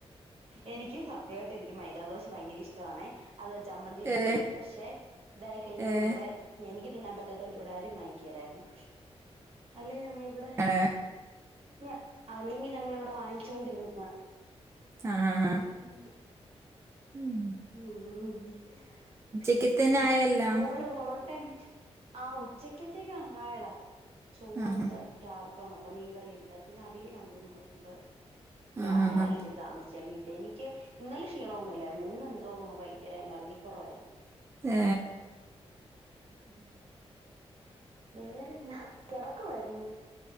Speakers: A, on the right (about 60°); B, on the right (about 25°).
A: എനിക്കും സത്യായ് ട്ടെനിക്ക് മൈദാദോശ ഭയ്ങ്കരിഷ്ടവാണെ അത് വെച് ചമ്മന്തി ഒഴിച്
B: ഏഹ്
A: കഴിക്കും പക്ഷെ ഇതായ് കഴിഞ്ഞപ്പം
B: ഏഹ്
A: ഇവിടെ എനിക്ക് തിന്നാൻ പറ്റാതോണ്ട് ഇവിടാരും വായ്കേലാരുന്നു അല്ലെ ഞാ ങ്ങ ഇവിടെ
B: ആണോ
A: ഞാ അല്ലെങ്കി ഞങ്ങളിവിടെ വാങ്ങിചോണ്ടിരുന്നതാ
B: ആഹ് ആഹ് ആഹ്
A: ഉം
B: ഉം
A: ഉം
B: ഉച്ചക്കത്തന്നെ
A: പിന്നെ
B: ആയോ എല്ലാം
A: അതേപോലെ പൊറോട്ട <unintelligible> ആ ഉച്ചക്കതേകായടാ ചോറുണ്ട്
B: ആഹ്
A: രാവി തൊണക്ക മീകറിയൊണ്ട് പിന്നവിയലാന്ന് തോന്നുന്നു അതുണ്ട് ഞാൻ
B: ആഹ് ആഹ്
A: രാവിലെ
B: ആഹ്
A: ഇച്ചിരി താമസ് ച്ചാ എണി റ്റെ എനിക്ക് ഇന്നലെ ഷിണവൊന്നു ഇല്ലാരുന്നു ഇന്ന് എന്തോ അങ്ങു ഭയ്ങ്കരെ എനർജി കൊറവാരുന്നു
B: ഏ
A: വേറെന്നാ കെടക്കുവാരുന്നൊ